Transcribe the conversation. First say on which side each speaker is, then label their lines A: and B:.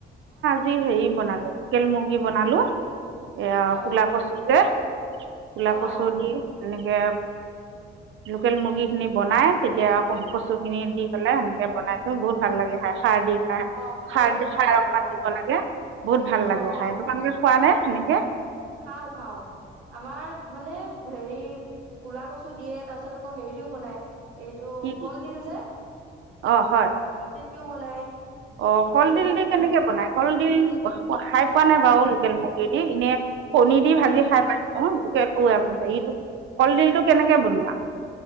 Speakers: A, on the right; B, on the right.
A: জি হেৰি বনালো, লোকেল মুৰ্গী বনালো। এয়া
B: অ',
A: কোলা কছো যে কোলা
B: অ',
A: কচু দি এনেকে লোকেল মুৰ্গীখিনি বনাই তেতিয়া কচুখিনি
B: অ',
A: দি পেলাই সেনেক বনাইছো বহুত ভাল
B: অ',
A: খাৰ দি খাই,
B: অ ভাল
A: খাৰ
B: লাগে
A: দ
B: খাই
A: খাৰ অকমান
B: ক'লা কচু
A: দিব
B: দি
A: লাগে বহুত ভাল
B: অ'!
A: লাগে খাই তোমালোকে খোৱা নে সেনেকৈ
B: খাও, খাও। আমাৰ মানে হেৰি, ক'লা কচু দিয়ে, তাৰ পিছত আকৌ হেৰি দিও বনাই এইটো,
A: কি দি
B: কলডিল যে,
A: অঁ হয়
B: কলডিলটো বনাই।
A: অ
B: সেনেকে
A: কলডিল
B: মুগ
A: দি কেনেকে
B: দালি দিও
A: বনাই?
B: বনাব
A: কলডিল?
B: পাৰি
A: অ' খাই পোৱা নাই বাৰু লোকেল মুৰ্গী দি, এনে কণী দি
B: অ
A: ভাজি খাই পাইছোঁ। লোকেল অ', হেৰিটো, কলডিলটো কেনেকে বনোৱা?